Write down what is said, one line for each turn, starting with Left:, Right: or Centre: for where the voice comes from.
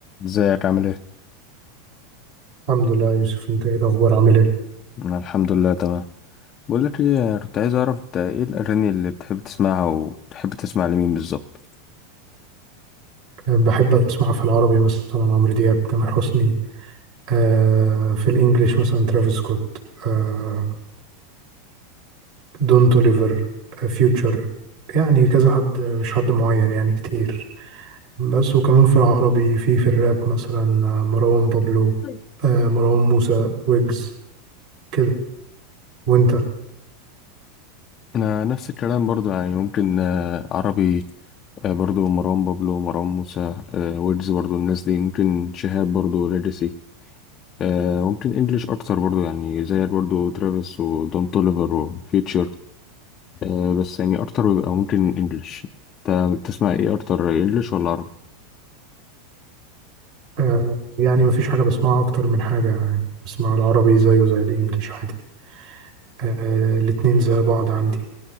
Left: ازيك عامل ايه؟
Right: الحمد لله يا يوسف انت ايه الاخبار عامل ايه
Left: أنا الحمد لله تمام بقول لك ايه أنا كنت عايز اعرف انت ايه الاغاني اللي بتحب تسمعها وبتحب تسمع لمين بالظبط
Right: أه، بحب اسمع في العربي مثلا عمرو دياب تامر حسني آه في الانجليش مثلا ترافيس سكوت آه دون توليفر آه فيوتشر يعني كذا حد مش حد معين يعني كتير بس وكمان في العربي في في الراب مثلا آه، مروان بابلو
Left: طيب.
Right: آه مروان موسى ويجز كده وانت
Left: انا نفس الكلام برضو يعني ممكن آه، عربي آه، برضو مروان بابلو مروان موسى آه، ويجز برضو الناس دي ممكن شهاب برضو ليجاسي آه، ممكن انجليش اكتر برضو يعني زي برضو ترافيس ودون توليفر وفيوتشر آه، بس يعني اكتر بيبقى ممكن انجليش انت بتسمع ايه اكتر انجليش ولا عربي؟
Right: آه يعني مفيش حاجة بسمعها اكتر من حاجة يعني بسمع العربي زيه زي الانجليش عادي آه الاتنين زي بعض عندي